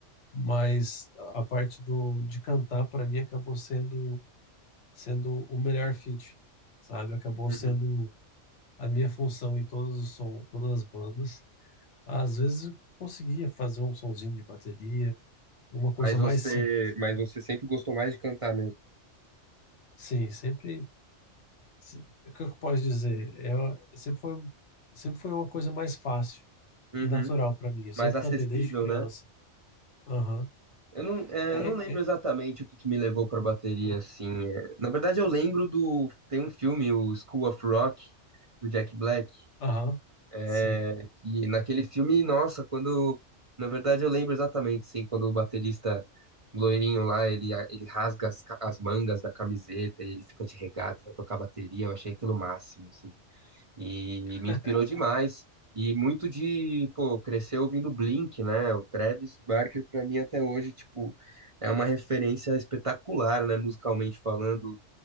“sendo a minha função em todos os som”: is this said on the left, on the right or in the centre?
Left